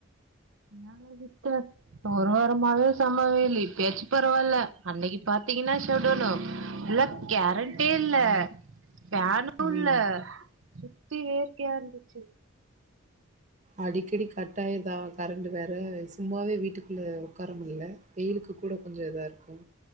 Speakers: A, on the right; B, on the right.
A: நாளாது ப்ப ஒரு வாரமாவே செம்ம வெயில் ப்ளே இப்பேச்சு பரவால்ல அன்னைக்கு பாத்தீங்கன்னா ஷடனு இல்ல கேரண்டே இல்ல ஃபேனு
B: ம்
A: இல்ல ‌ச்சி வேற்கையா இருந்துச்சு
B: அடிக்கடி கட்டாயிடுதா கரண்ட வேற சும்மாவே வீட்டுக்குள்ள உட்கார முல வெயிலுக்கு கூட கொஞ்சம் இதா இருக்கு